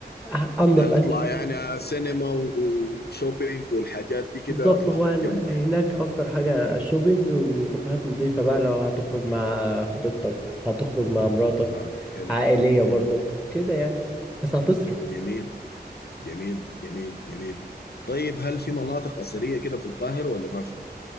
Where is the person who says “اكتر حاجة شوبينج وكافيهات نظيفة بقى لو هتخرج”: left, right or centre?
Centre